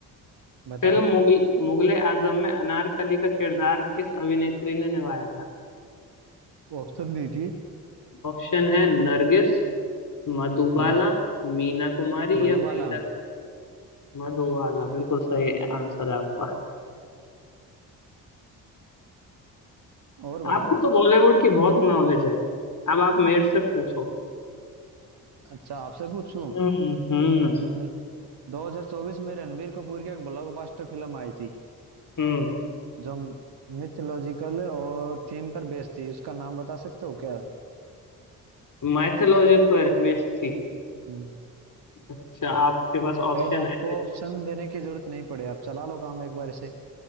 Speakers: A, on the right; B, on the left.
A: बताओ
B: फिल्म मुगल मुगले आजम में अनारकली का किरदार किस अभिनेत्री ने निभाया था
A: ऑप्शन दीजिए
B: ऑप्शन है नरगिस मधुबाला
A: हम्म
B: मीना कुमारी
A: मधुबाला
B: या वहीदा मधुबाला बिल्कुल सही आंसर है आपका
A: और बताओ
B: आपको तो बॉलीवुड की बहुत नॉलेज है अब आप मेरे से पूछो
A: अच्छा आपसे पूछूं
B: हम्म हम्म
A: हम्म 2024 में रणबीर कपूर की एक ब्लॉकबस्टर फिल्म आई थी
B: हम्म
A: जो मिथोलॉजिकल और थीम पर बेस्ड थी उसका नाम बता सकते हो क्या
B: माइथोलॉजी पर बेस्ड थी
A: हम्म
B: अच्छा आपके पास ऑप्शन
A: शायद आपको
B: है
A: ऑप्शन देने की जरूरत नहीं पड़े आप चला लो काम एक बार इसे